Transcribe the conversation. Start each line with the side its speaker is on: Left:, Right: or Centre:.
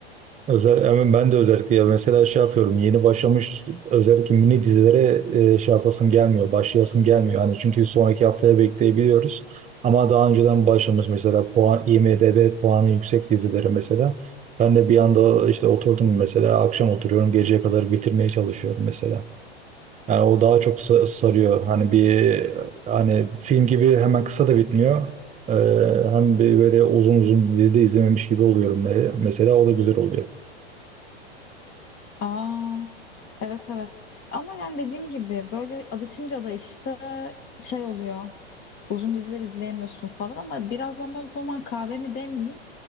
Right: Özel, yani ben de özellikle ya mesela şey yapıyorum yeni başlamış özellikle mini dizilere e, şey yapasım gelmiyor başlayasım gelmiyor hani çünkü sonraki haftaya bekleyebiliyoruz ama daha önceden başlamış mesela puan IMDb puanı yüksek dizileri mesela ben de bir anda işte oturdum mesela akşam oturuyorum geceye kadar bitirmeye çalışıyorum mesela yani o daha çok sa- sarıyor hani bir hani film gibi hemen kısa da bitmiyor Ee, hem bir böyle uzun uzun dizide izlememiş gibi oluyorum e, mesela o da güzel oluyor.
Left: Aa, evet evet. Ama yani dediğim gibi böyle alışınca da işte şey oluyor. Uzun diziler izleyemiyorsun falan ama birazdan ben o zaman kahvemi demleyeyim.